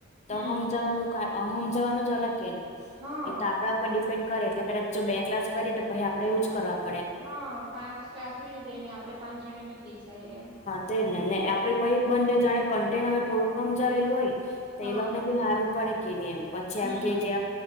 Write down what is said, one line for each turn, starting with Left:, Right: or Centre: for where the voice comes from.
Right: હમ
Left: તો સમજવાનું સમજવાનું જ અલગ કે નહી
Right: હા
Left: એ તો આપણા પર ડિપેન્ડ કરે એટલે કદાચ જો બે ક્લાસ કરીએ તો પછી આપડે એવું જ કરવા આપ
Right: હા પાંચ ક્લાસ બીજે જઈને આપડે પાંચ જણા બી જે જઈએએમ
Left: તે ને ને આપડી પછી બંધ જણા કન્ટેન હવે થોડું હમ જાવેલું હોય તો
Right: હા
Left: એ લોકો ને ભી હારુ પડે કેની એમ પછી
Right: હમ
Left: એમ કે કે